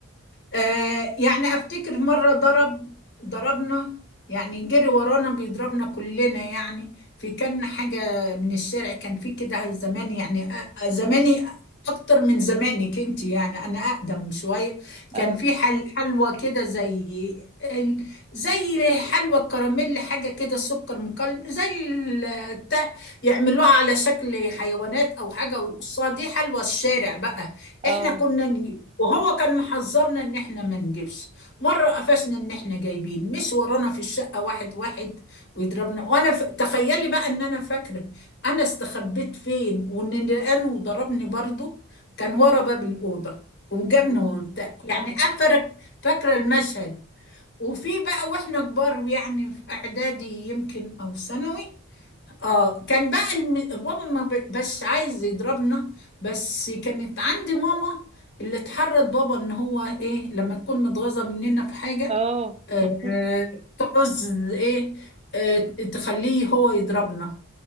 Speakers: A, on the left; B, on the right.
A: آه يعني افتكر مرة ضرب ضربنا يعني جري ورانا بيضربنا كلنا يعني في كان حاجة من الشارع كان في كده زمان يعني أ- زماني اكتر من زمانك انت يعني انا اقدم شوية
B: اه
A: كان في حل حلوى كده زي ال- زي حلوى كراميل حاجة كده سكر مكلم زي ال- تا- يعملوها على شكل حيوانات او حاجة ويقصوها دي حلوى الشارع بقى
B: اه
A: احنا كنا وهو كان محذرنا ان احنا ما نجيبش مره قفشنا ان احنا جايبين مش ورانا في الشقه واحد واحد ويضربنا وانا ف... تخيلي بقى ان انا فاكره انا استخبيت فين وان لقانه وضربني برضه كان ورا باب الاوضه وجابني
B: سبحان الله.
A: وبتاع يعني طبعا افرك فاكره المشهد وفي بقى واحنا كبار يعني في اعدادي يمكن او ثانوي اه كان بقى الم... بابا ما ب... بس عايز يضربنا بس كانت عندي ماما اللي اتحرض بابا ان هو ايه لما تكون متغاظه مننا في حاجه
B: اه
A: آه
B: <laughs>
A: تعوز ايه آه تخليه هو يضربنا